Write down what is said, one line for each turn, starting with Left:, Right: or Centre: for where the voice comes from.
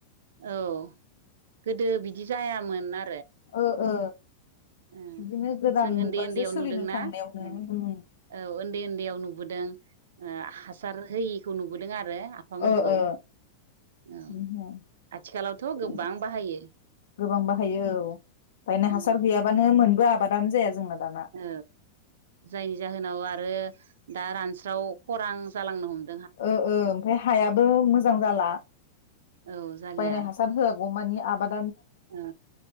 Right: औ गोदो बिदि जायामोन आ
Left: ओ ओ
Right: ओ
Left: बिदिनो गोदान
Right: जों
Left: मुगाजों
Right: ओन्दै ओन्दैयाव
Left: सोलिनो
Right: नुदोंनाा
Left: थांनायावनो
Right: औ
Left: उम
Right: औ ओन्दै ओन्दैयाव नुबोदों ओ हासार होयि खौ नुबोदों आरो। आफामोनखौ
Left: ओ ओ
Right: औ
Left: <unintelligible>
Right: आथिखालावथ' गोबां बाहायो
Left: गोबां बाहायो औ बायना
Right: ओ
Left: हासार गैया बानो मोनबो आबादान जाया जोंना दाना
Right: औ जायनि जाहोनाव आरो दा रानस्राव खरां जालांनो हम
Left: ओ ओ ओमफ्राय हायाबो मोजां जाला
Right: औ जालिया
Left: बायनाय हासार होआगौ मानि आबाद
Right: ओ